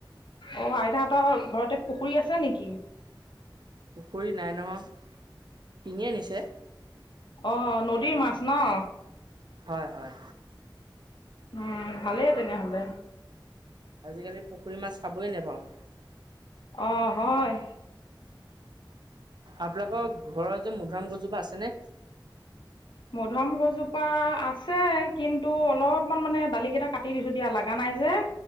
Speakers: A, on the left (about 70°); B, on the right (about 60°).
A: অ আইতাহতৰ ঘৰতে পুখুৰী আছে নেকি
B: পুখুৰী নাই নহয় টিঙে আনিছে
A: অ নদীৰ মাছ ন
B: হয় হয়
A: উম ভালে তেনেহ'লে
B: আজিকালি পুখুৰী মাছ খাবই নেপাওঁ
A: অ হয়
B: আপলোকৰ ঘৰৰ যে মধুুৰাম গছজোপা আছেনে
A: মধুআম গছপ জোপা আছে কিন্তু অলপমান মানে দালি কেইটা কাটি দিছো দিয়া লগা নাই যে।